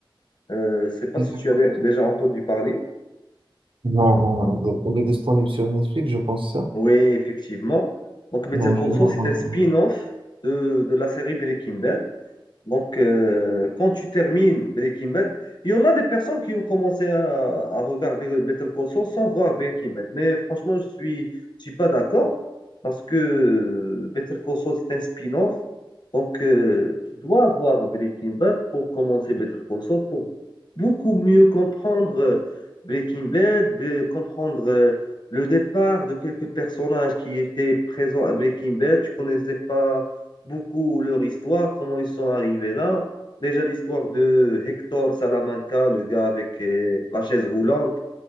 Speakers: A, on the left; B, on the right.
A: Euh, je ne sais pas
B: D'accord.
A: si tu as dé- déjà entendu parler.
B: Non, non, il est il est disponible sur Netflix, je pense ça.
A: Oui, effectivement. Donc, Better
B: Non,
A: Call
B: je n'ai
A: Saul,
B: pas entendu
A: c'est un spin-off de, de la série Breaking Bad. Donc, euh, quand tu termines Breaking Bad, il y en a des personnes qui ont commencé à, à regarder Better Call Saul sans voir Breaking Bad. Mais franchement, je suis, je suis pas d'accord parce que Better Call Saul, c'est un spin-off. Donc, euh, tu dois avoir Breaking Bad pour commencer Better Call Saul, pour beaucoup mieux comprendre euh, Breaking Bad, bre- comprendre euh, le départ de quelques personnages qui étaient présents à Breaking Bad. Tu connaissais pas beaucoup leur histoire, comment ils sont arrivés là. Déjà l'histoire de Hector Salamanca, le gars avec euh, la chaise roulante,